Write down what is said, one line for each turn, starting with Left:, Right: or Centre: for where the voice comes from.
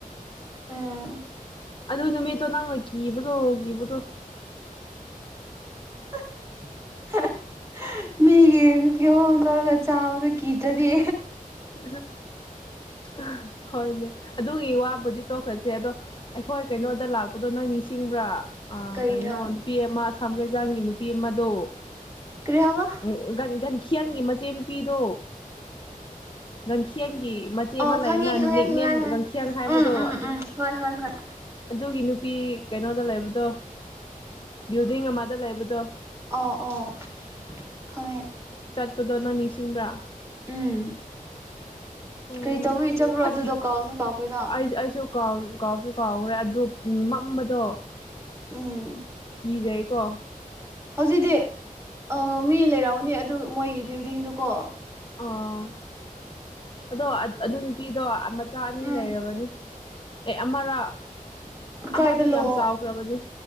Right: ꯑꯥ
Left: ꯑꯗꯨ ꯅꯨꯃꯤꯠꯇꯣ ꯅꯪꯅ ꯀꯤꯕꯗꯣ ꯀꯤꯕꯗꯣ
Right: <inaudible> ꯃꯤꯒꯤ ꯀꯍꯣꯡ ꯇꯧꯔꯒ ꯆꯥꯕꯗ ꯀꯤꯗ꯭ꯔꯗꯤ
Left: ꯎ ꯎꯝ ꯍꯣꯏꯅꯦ ꯑꯗꯨꯒꯤ ꯋꯥꯕꯨꯗꯤ ꯇꯣꯛꯈꯁꯦ ꯑꯗꯣ ꯑꯩꯈꯣꯏ ꯀꯩꯅꯣꯗ ꯂꯥꯛꯄꯗꯣ ꯅꯪ ꯆꯤꯡꯕ꯭ꯔꯥ
Right: ꯀꯔꯤꯅꯣ
Left: ꯀꯩꯅꯣ ꯅꯨꯄꯤ ꯑꯃ ꯑꯁꯥꯝ ꯀꯩꯖꯥꯡꯒꯤ ꯅꯨꯄꯤ ꯑꯃꯗꯣ
Right: ꯀꯔꯤ ꯍꯥꯏꯕ
Left: ꯎꯝ ꯒꯟꯈꯤꯌꯪꯒꯤ ꯃꯆꯦ ꯅꯨꯨꯄꯤꯗꯣ ꯅꯟꯈꯤꯌꯥꯪꯒꯤꯤ ꯃꯆꯦ
Right: ꯑꯣ
Left: ꯑꯃ ꯂꯩꯌꯦꯅ
Right: ꯈꯪꯉꯦ ꯈꯪꯉꯦ
Left: ꯅꯤꯛꯅꯦꯝ
Right: ꯈꯪꯉꯦ ꯈꯪꯉꯦ
Left: ꯒꯪꯈꯡ ꯍꯥꯏꯕꯗꯣ
Right: ꯎꯝ ꯎꯝ
Left: ꯑꯗꯨ
Right: ꯎꯝ ꯍꯣꯏ ꯍꯣꯏ ꯍꯣꯏ
Left: ꯑꯗꯨꯒꯤ ꯅꯨꯄꯤ ꯀꯩꯅꯣꯗ ꯂꯩꯕꯗꯣ ꯕꯤꯜꯗꯤꯡ ꯑꯃꯗ ꯂꯩꯕꯗꯣ
Right: ꯑ ꯑꯣ ꯈꯉꯦ
Left: ꯇꯗꯣꯅ ꯅꯤꯡꯁꯤꯡꯕ꯭ꯔꯥ
Right: ꯎꯝ
Left: ꯎꯝ
Right: ꯀꯔꯤ ꯇꯧꯕꯒꯤ ꯆꯠꯄ꯭ꯔꯣ
Left: ꯑꯁꯤ
Right: ꯑꯗꯨꯗꯣ ꯀꯥꯎꯁꯨ ꯀꯥꯎꯈ꯭ꯔꯦꯗ
Left: ꯑꯦ ꯑꯁꯨ ꯀꯥ ꯀꯥ ꯀꯥꯎꯈ꯭ꯔꯦ ꯑꯗꯨꯗꯣ ꯃꯝꯕꯗꯣ
Right: ꯎꯝ
Left: ꯀ ꯌꯥꯥꯏꯀꯣ
Right: ꯍꯧꯖꯤꯛꯇꯤ ꯑ ꯃꯤ ꯂꯩꯔꯝꯅꯤ ꯑꯗꯨ ꯃꯣꯏꯒꯤ ꯕꯤꯜꯗꯤꯡꯗꯨꯀꯣ
Left: ꯑꯣ ꯑꯗꯣ ꯑꯗꯨ ꯅꯨꯄꯤꯗꯣ ꯃꯆꯥ ꯑꯅꯤ
Right: ꯎꯝ
Left: ꯂꯩꯔꯕꯅꯤ ꯑꯦ ꯑꯃꯔ
Right: ꯀ
Left: ꯑꯃꯗꯣ
Right: ꯀꯥꯏꯗ
Left: ꯌꯥꯝ
Right: ꯂꯨꯍꯣꯡ
Left: ꯆꯥꯎꯈ꯭ꯔꯕꯅꯤ